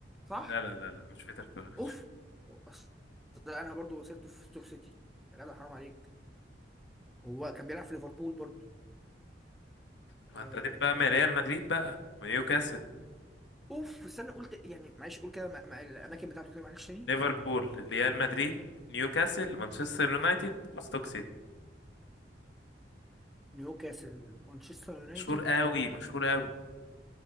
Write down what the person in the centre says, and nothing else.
صح
اوف أصل ده انا برضو وصلته في ستوك سيتي يا جدع حرام عليك هو كان بيلعب في ليفربول برضو
آه
اوف استنى قلت يعني معلش قول كده مع- مع الاماكن بتاعته كده معلش تاني
تمام.
نيوكاسل مانشستر يونايتد